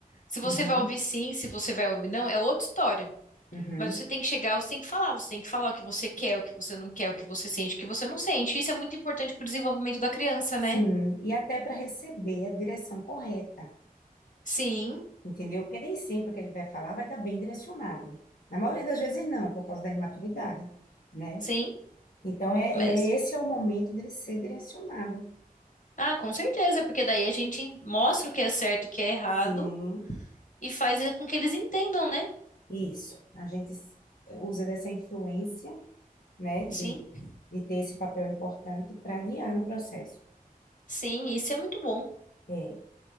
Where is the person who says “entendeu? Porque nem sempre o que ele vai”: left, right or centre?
Left